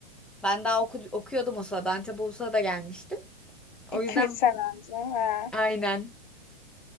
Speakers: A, in the centre; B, on the left.
A: Ben daha oku- okuyordum o sırada. Antep'e o sırada gelmiştim. O
B: 2
A: yüzden
B: üç sene önce. He.
A: aynen.